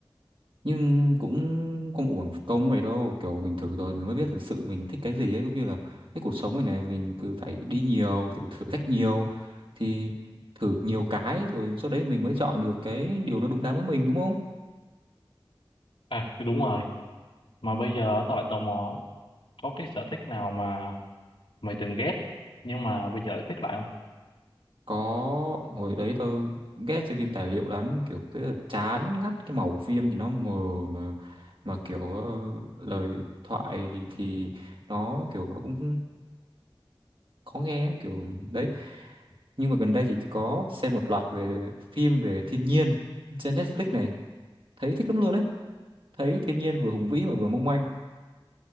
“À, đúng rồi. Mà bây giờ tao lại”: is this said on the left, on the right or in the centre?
Left